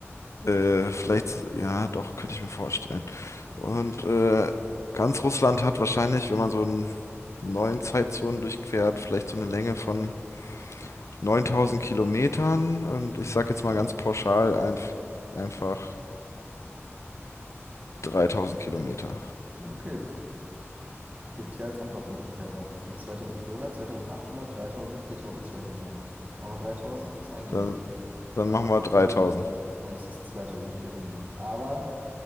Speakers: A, on the left; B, on the right.
A: Äh, vielleicht, so- ja, doch, könnte ich mir vorstellen. Und äh, ganz Russland hat wahrscheinlich, wenn man so einen neuen Zeitzonen durchquert, vielleicht so eine Länge von 9000 Kilometern. Und ich
B: Mhm.
A: sage jetzt mal ganz pauschal einf einfach. 3000 Kilometer.
B: Okay. Gibt es hier als Antwortmöglichkeit auch. Es gibt 2400, 2800, 3000, 4200. Aber 3000 ist eingeloggt.
A: Dann, dann machen wir 3000.
B: Oh, und es ist 2400. Aber.